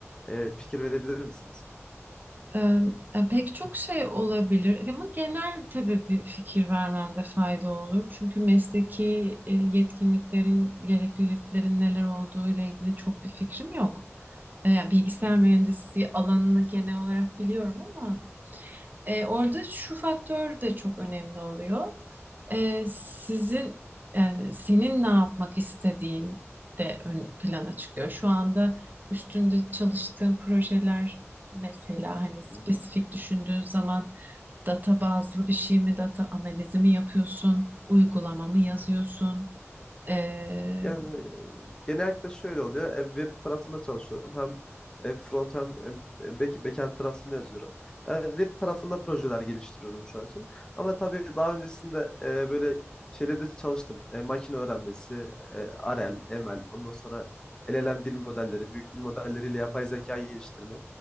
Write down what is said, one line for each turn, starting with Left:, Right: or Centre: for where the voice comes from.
Left: e, fikir verebilir misiniz?
Right: Eee, yani pek çok şey olabilir ama genel tabii bir fikir vermemde fayda olur. Çünkü mesleki e, yetkinliklerin, gerekliliklerin neler olduğu ile ilgili çok bir fikrim yok. E, yani bilgisayar
Left: <laughs>
Right: mühendisliği alanını genel olarak biliyorum ama E, orada şu faktör de çok önemli oluyor. E, sizin yani senin ne yapmak istediğin de ön plana çıkıyor. Şu anda üstünde çalıştığın projeler mesela hani
Left: Hı
Right: spesifik
Left: hı, hı
Right: düşündüğün zaman data bazlı bir şey mi, data analizi mi yapıyorsun, uygulama mı yazıyorsun?
Left: hı, hı hı.
Right: e,
Left: Yani e, genellikle şöyle oluyor. E, Web tarafında çalışıyorum. Hem e, front hem e, e, back, backend tarafında yazıyorum. Yani web tarafında projeler geliştiriyorum şu an için. Ama tabii daha öncesinde e, böyle şeylerde çalıştım. E, makine öğrenmesi, e, R L, M L. ondan sonra L L M dil modelleri, büyük dil modelleriyle yapay zeka geliştirme.